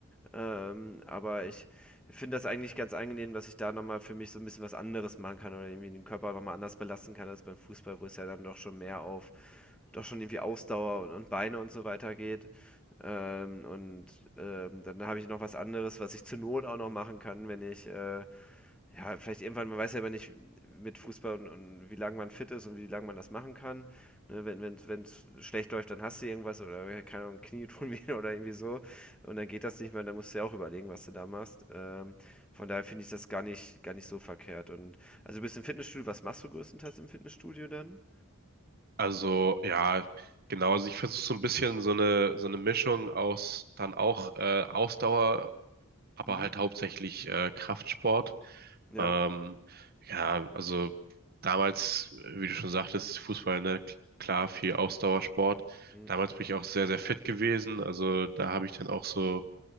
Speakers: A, in the centre; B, on the right (about 45°).
A: Ähm, aber ich finde das eigentlich ganz angenehm, dass ich da noch mal für mich so ein bisschen was anderes machen kann oder irgendwie den Körper noch mal anders belasten kann als beim Fußball, wo es ja dann doch schon mehr auf doch schon irgendwie Ausdauer und, und Beine und so weiter geht. Ähm, und ähm, dann habe ich noch was anderes, was ich zur Not auch noch machen kann, wenn ich, äh, ja, vielleicht irgendwann, man weiß ja aber nicht mit Fußball und, und wie lange man fit ist und wie lange man das machen kann. Ne, wenn wenn es schlecht läuft, dann hast du irgendwas oder ja, keine Ahnung, Knie tun <laughs> weh oder irgendwie so. Und dann geht das nicht mehr, dann musst du ja auch überlegen, was du da machst. Ähm, von daher finde ich das gar nicht, gar nicht so verkehrt. Und also du bist im Fitnessstudio, was machst du größtenteils im Fitnessstudio dann?
B: Also ja, genau. Also ich versuche so ein bisschen so eine so eine Mischung aus dann auch äh, Ausdauer, aber
A: Mhm.
B: halt hauptsächlich äh, Kraftsport.
A: Ja.
B: Ähm, ja, also damals, äh, wie du schon sagtest, Fußball, ne, k- klar, viel Ausdauersport.
A: Mhm.
B: Damals bin ich auch sehr, sehr fit gewesen. Also da habe ich dann auch so,